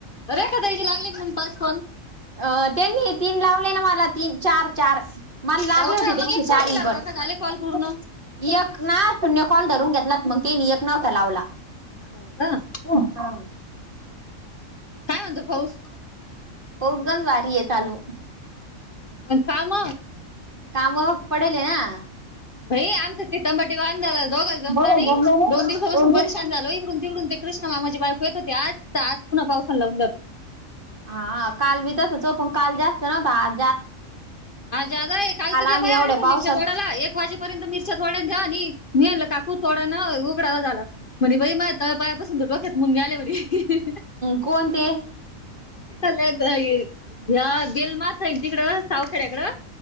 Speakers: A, on the left (about 45°); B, on the right (about 40°).
A: रेखा द्यायची लागली पाच पण
B: अ त्यांनी तीन लावले ना मला तीन चार चार मला लागले
A: अहो
B: होते
A: का मग
B: त्यांची
A: एक फोन
B: चारी
A: नाही लावला
B: प
A: का झाले
B: एक
A: कॉल पूर्ण.
B: एकक ना शून्य कॉल धरून घेतला मग त नि एकक नाव त्या लावला
A: ह का
B: ह हा
A: काय म्हणतो पाऊस?
B: पोपगंज वारी आहे चालू
A: आणि काम
B: कामावर पडेल ना
A: भई आमचं चितथंबाटी वान झाला दोघच जमलं
B: बघ
A: नाही
B: नाही
A: दोन दिवसापासून
B: दिवस
A: परेशान झाल तिकडून तिकडून ते कृष्ण मामाची बायको येत होते आज आज पुन्हा पावसाला लावून धरल.
B: हा काल बी तसच होत पण काल जात <unintelligible>
A: आजादा आहे काल तर त्या
B: आम्ही
A: बाया
B: एवढ्या
A: आलत्या
B: पावसात
A: मिरच्या तोडायला एक वाजेपर्यंत मिरच्या तोडल्या त्यांनी मी म्हटलं काकू थोडान उभ राहव झाला. म्हणे बाई माया तळ पायापासून तर डोक्यात मुग्या आल्या म्हणे.
B: कोण ते
A: त गेल म. <unintelligible> तिकडं सावखेड्याकडं